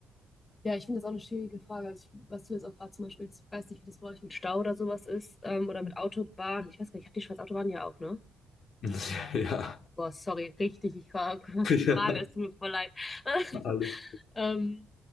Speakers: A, on the left (about 25°); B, on the left (about 65°).
A: Ja, ich finde das auch eine schwierige Frage. Also ich, was du jetzt auch gerade zum Beispiel, ich weiß nicht, wie das bei euch mit Stau oder sowas ist, ähm, oder mit Autobahn. Ich weiß gar nicht, ich habe die Schweiz Autobahn ja auch, ne?
B: <laughs> Ja,
A: Boah, sorry, richtig, ich war, <laughs> was für eine
B: ja,
A: Frage, es tut mir voll leid. <laughs>
B: alles.
A: Ähm,